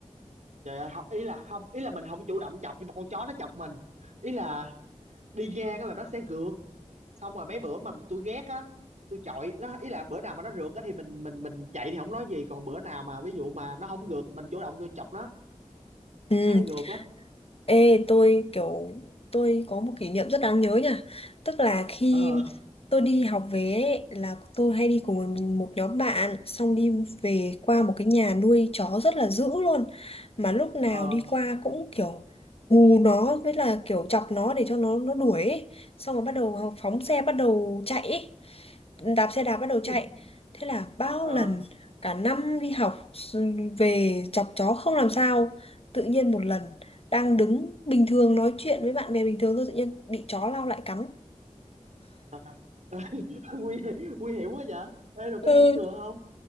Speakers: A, on the right; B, on the left.
A: trời ơi không ý là không ý là mình không chủ động chọc nhưng mà con chó nó chọc mình ý là đi ngang á là nó sẽ rượt xong rồi mấy bữa mà tôi ghét á tôi chọi nó ý là bữa nào mà nó rượt á thì mình mình mình chạy thì không nói gì còn bữa nào mà ví dụ mà nó không rượt mình chủ động vô chọc nó
B: Ừ
A: nó hay rượt lắm
B: Ê, tôi kiểu tôi có một kỷ niệm rất đáng nhớ nha. Tức là khi
A: ờ
B: tôi đi học về ấy, là tôi hay đi cùng một một nhóm bạn xong đi về qua một cái nhà nuôi chó rất là dữ luôn. Mà lúc nào
A: ờ
B: đi qua cũng kiểu hù nó với là kiểu chọc nó để cho nó nó đuổi ấy. Xong rồi bắt đầu phóng xe bắt đầu chạy ấy. Đạp xe đạp bắt đầu chạy.
A: <laughs>
B: Thế là bao
A: ờ
B: lần cả năm đi học s- về chọc chó không làm sao. Tự nhiên một lần đang đứng bình thường nói chuyện với bạn bè bình thường thôi tự nhiên bị chó lao lại cắn
A: trời trời <laughs> nguy nguy hiểm quá vậy ê rồi có
B: ừ
A: đi chích ngừa không